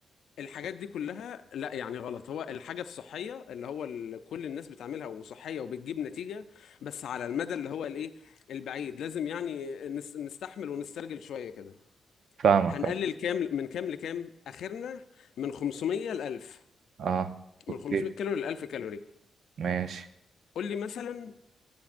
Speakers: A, on the left (about 80°); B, on the right (about 65°).
A: الحاجات دي كلها لا يعني غلط هو الحاجه الصحيه اللي هو ال- كل الناس بتعملها وصحيه وبتجيب نتيجه بس على المدى اللي هو الايه البعيد لازم يعني نس- نستحمل ونسترجل شويه كده
B: فاهمك
A: هنقلل
B: اه
A: كام من كام لكام اخرنا من 500 ل 1000
B: آه. اوكي
A: من 500 كالوري ل 1000 كالوري
B: ماشي
A: قول لي مثلا